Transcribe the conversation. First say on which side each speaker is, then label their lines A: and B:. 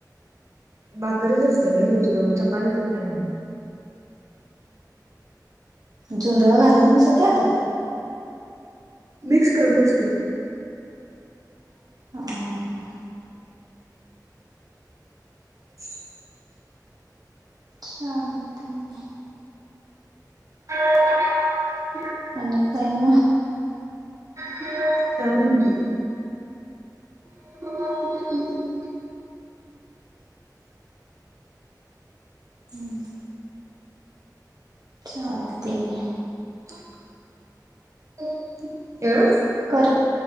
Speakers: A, on the right (about 45°); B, on the right (about 60°).
A: भाकरीच असते का दुसर चपात्या तेन काही नाही.
B: झुंंदळ घालत नाही सध्या आता.
A: मिक्स करलोस की.
B: ह हां
A: <inaudible>
B: चहा दुध <unintelligible>
A: ह <inaudible>
B: आणि काय मग?
A: काही नाही. ह <inaudible>
B: हम्म चालतय घे.
A: अ
B: कर,